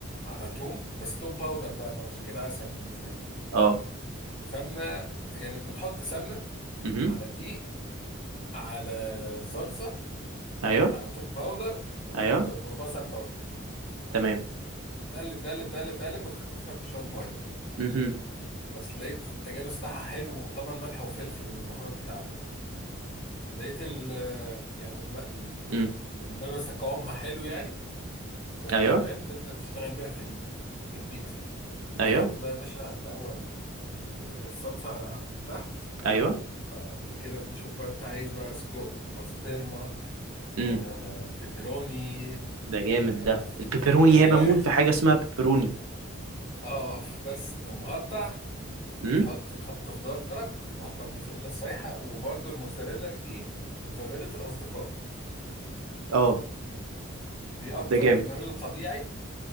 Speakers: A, on the left (about 25°); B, on the right (about 85°).
A: على توم بس توم باودر بقى ما عشان كده أسهل بالنسبة لي
B: اه
A: سمنة يعني بتحط سمنة
B: امم
A: على دقيق على صلصة
B: ايوه
A: على توم باودر وت-
B: ايوه
A: وبصل باودر
B: تمام
A: تقلب تقلب تقلب تقلب وتخففها بشوية مية
B: امم
A: بس لقيت التجانس بتاعها حلو وطبعا ملح وفلفل والبهارات بتاعتك لقيت ال يعني الم... ال-
B: امم
A: الملمس قوامها حلو يعني تقوم
B: ايوه
A: تمام تبدأ تشتغل بيها في ال... في البيتزا
B: ايوه
A: تحط بقى يا باشا الأول الصلصة على- من تحت
B: ايوه
A: بعد كده تشوف بقى أنت عايز بقى سجق بسطرمة
B: امم
A: آه بيبروني
B: ده جامد
A: آه
B: ده
A: ف-
B: البيبروني
A: فراخ
B: هي بموت في حاجة اسمها بيبروني
A: اه بس تقوم مقطع
B: امم
A: وتحط وتحط خضارك وهوبا الموزاريلا السايحة وبرده الموزاريلا تجيب موزاريلا الأصدقاء
B: اه
A: دي أكتر
B: ده جامد
A: موزاريلا طبيعي